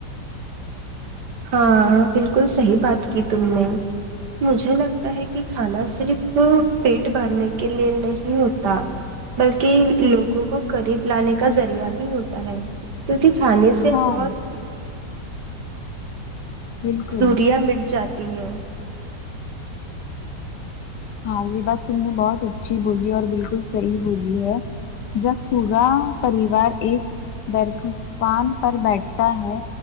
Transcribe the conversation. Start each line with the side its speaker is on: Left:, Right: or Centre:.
Right: ہاں بالکل صحیح بات کی تم نے مجھے لگتا ہے کہ کھانا صرف پیٹ بھرنے کے لیے نہیں ہوتا بلکہ لوگوں کو قریب لانے کا ذریعہ بھی ہوتا ہے کیونکہ کھانے سے
Left: ہاں
Right: بہت
Left: بالکل
Right: دوریاں مٹ جاتی ہیں
Left: ہاں یہ بات تم نے بہت اچھی بولی اور بالکل صحیح بولی ہے جب پورا پریوار ایک درخستان پر بیٹھتا ہے